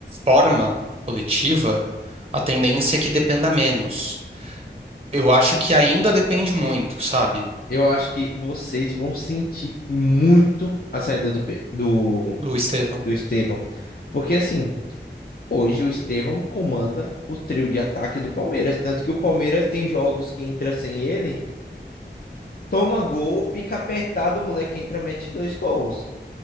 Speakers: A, on the right; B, on the left.
A: forma coletiva, a tendência é que dependa menos. Eu acho que ainda depende muito, sabe,
B: eu acho que vocês vão sentir muito a saída do, Pe- do,
A: do Estevão.
B: do Estevão. Porque, assim, hoje o Estevão comanda o trio de ataque do Palmeiras. Tanto que o Palmeiras tem jogos que entra sem ele, toma gol, fica apertado, o moleque entra, mete dois gols.